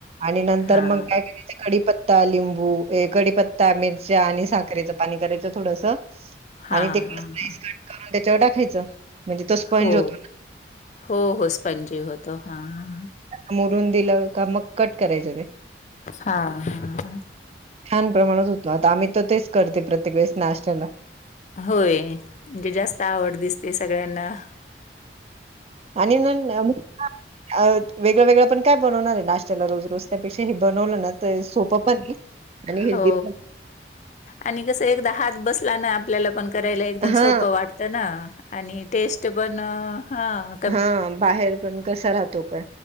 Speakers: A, on the right (about 35°); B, on the left (about 40°).
A: आणि नंतर
B: हा.
A: मग काय करायचं कडीपत्ता, लिंबू ए कडीपत्ता, मिरच्या आणि साखरेचं पाणी करायचं थोडंस.
B: हां,
A: आणि ते
B: हां,
A: स्लाईस
B: हां.
A: कट करून त्याच्यावर टाकायचं. म्हणजे तो स्पंज
B: हो,
A: होतो
B: हो हो स्पंजी होतो हा हा.
A: मोडून दिलं का मग कट करायचं ते
B: हा हा हा.
A: छान प्रमाणात होतो आता आम्ही तर तेच करते प्रत्येक वेळेस नाष्ट्याला.
B: होय म्हणजे जास्त आवड दिसतेय सगळ्यांना.
A: आणि मग अ वेगळ वेगळ पण काय बनवणार आहे नाष्ट्याला रोज-रोज‌. त्यापेक्षा हे बनवलं ना तर सोपं पण. आणि हेल्दी
B: हो
A: पण
B: आणि कस एकदा हात बसला ना आपल्याला पण करायला एकदम
A: हा
B: सोपं वाटतं ना आणि टेस्ट पण हा.
A: हा बाहेर पण कसा राहतो काय